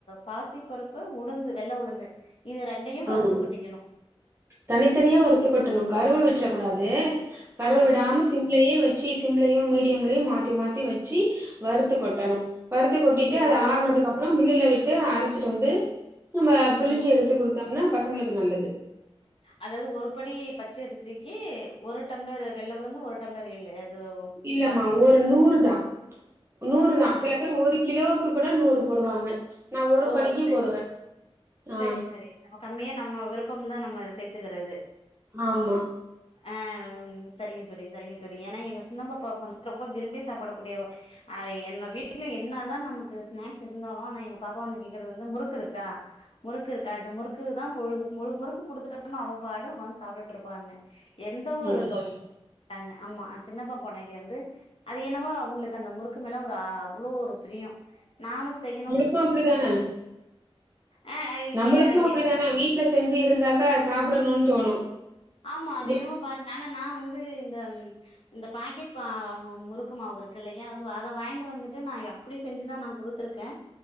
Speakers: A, on the left; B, on the right.
A: பாசி பருப்பு உளுந்து வெள்ள உளுந்து இது ரெண்டையு வறுத்து
B: ஆமா
A: கொட்டிக்கணு
B: தனித்தனியா வருத்து கொட்டனு கருவ விட்ற கூடாது கருவ
A: ஆ
B: விடாம சிம்லயே வச்சு சிம்லையு மீடியம்லயையு மாத்தி மாத்தி வச்சு வறுத்து கொட்டணு வறுத்து கொட்டிட்டு
A: இப்ப
B: அத
A: ஒ
B: ஆறுனதுக்கு அப்புற மில்லுல விட்டு அரைச்சிட்டு வந்து நம்ம பிழிஞ்சி
A: ம்
B: எடுத்து குடுத்தோம்னா பசங்களுக்கு நல்லது
A: அதாவது ஒரு படி பச்ச அரிசிக்கு ஒரு டம்ளர் வெள்ள உளுந்து ஒரு டம்ளர் எள்ளு இது
B: இல்லமா
A: பாசிப்பருப்பு
B: ஒரு நூறு தா நூறு தா‌ சில பேர் ஒரு கி கிலோவுக்கு கூட நூறு போடுவாங்க நா ஒரு
A: ஓ
B: படிக்கு
A: சரி
B: போடுவே ஆ
A: சரி சரி நம கம்மியா நம்ம விருப்பம்தா நம்ம இத சேத்துக்கிறது
B: ஆமா
A: ஆ ம் சரிங்க தோழி சரிங்க தோழி ஏன்னா எங்க சின்ன பாாப்பாவுக்கு வந்து ரொம்ப விரும்பி சாப்பிடக்கூடிய அ நம்ம வீட்ல என்னதா நமக்கு ஸ்நாக்ஸ் இருந்தாலு ஆனா எங்க பாப்பா வந்து கேக்குறது வந்து முறுக்கு இருக்கா முறுக்கு இருக்கா அது முறுக்கு தா பொழுதுக்கு மு முறுக்கு குடுத்துட்டோம்னு அவங்க பாட்டு உக்காந்து சாப்பிட்டுட்டு இருப்பாங்க எந்த ஒரு
B: அப்டியா
A: தொலை மாட்டாங்க ஆமா சின்னபாப்பாடைய வந்து அது என்னவோ அவுங்களுக்கு அந்த முறுக்கு மேல ஒரு அவ்ளோ ஒரு பிரியோ நானு செய்யணு
B: க்கும் அப்டித்தானே
A: ஆ
B: நம்மளுக்கம்
A: எ
B: அப்டித்தானே வீட் ட்ல செஞ்சு இருந்தாக்க சாப்புடணுனு தோணு
A: ஆமா அது
B: வி
A: என்னமோ பாருங்க ஆனா நா வந்து இந்த இந்த பாக்கெட் பா முறுக்கு மாவு இருக்கில்லயா சோ அத வாய்ங்ட்டு வந்துட்டு நா அப்டி செஞ்சுதா நா குடுத்துருக்கே